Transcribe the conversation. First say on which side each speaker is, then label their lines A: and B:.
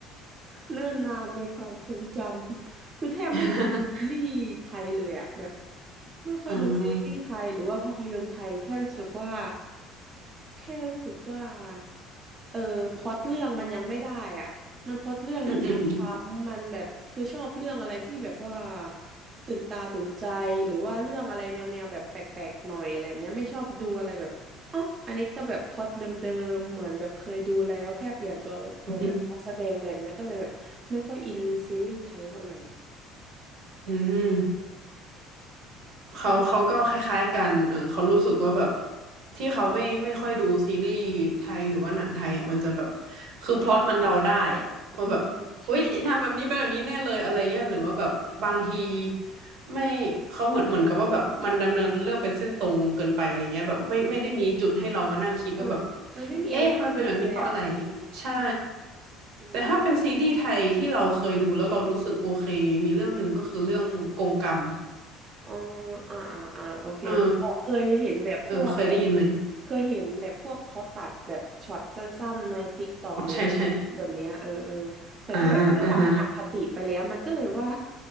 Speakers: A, on the right; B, on the right.
A: เนิ่นนานในความทรงจำ <laughs> คือแทบไม่ดูซีรีส์ไทยเลยอะแบบ
B: <laughs>
A: ไม่ค่อยดูซีรีส์ไทยหรือว่าภาพยนตร์ไทยแค่รู้สึกว่า
B: อ่า
A: แค่รู้สึกว่า เออพล็อตเรื่องมันยังไม่ได้อ่ะมันพล็อตเรื่องมันซ้ำๆมันแบบคือชอบเรื่องอะไรที่แบบว่า
B: อืมอืม
A: ตื่นตาตื่นใจหรือว่าเรื่องอะไรแนวๆแบบแปลกๆหน่อยอะไรแบบเนี้ยไม่ชอบดูอะไรแบบอ๋ออันนี้ก็แบบพล็อตเดิมๆเหมือนแบบเคยดูแล้วแค่เปลี่ยนตัวตัวแบบนักแสดงอะไรแบบเนี้ยก็เลยแบบไม่ค่อยอินซีรีส์ไทยเท่าไหร่
B: อืมอืม เขาเขาก็คล้ายๆกันเออเขารู้สึกว่าแบบ
A: แล้ว
B: ที่เขาไม่ไม่ค่อยดูซีรีส์ไทยหรือว่าหนังไทยอ่ะมันจะแบบคือพล็อตมันเดาได้อ่ะว่าแบบอุ้ยทำแบบนี้เป็นแบบนี้แน่เลยอะไรเงี้ยหรือว่าแบบบางที
A: อืมใช่
B: ไม่เขาเหมือนเหมือนกับว่าแบบมันดำเนินเรื่องเป็นเส้นตรงเกินไปอะไรเงี้ยแบบไม่ไม่ได้มีจุดให้เรามานั่งคิดว่าแบบ
A: ใช่เออมันไม่มีอะไรหักมุมเลยอ่ะอืมใช่
B: เอ๊ะมันเป็นแบบนี้เพราะอะไรใช่
A: อืม
B: แต่ถ้าเป็นซีรีส์ไทยที่เราเคยดูแล้วเรารู้สึกโอเคมีเรื่องหนึ่งก็คือเรื่องกงกรรม
A: อ๋ออ่าอ่าอ่าโอเคนึกออกเคยเห็นแบบพวกแบบ
B: เออ เออเคยได้ยินไหม
A: เคยเห็นแบบพวกเขาตัดแบบช็อตสั้นๆในติ๊กตอกหรือใน
B: อ๋อใช่ใช่
A: YouTube แบบเนี้ยเออเออแต่ก็แบบด้วยความมันอคติไปแล้วมันก็เลยว่า
B: อ่าอ่าฮะ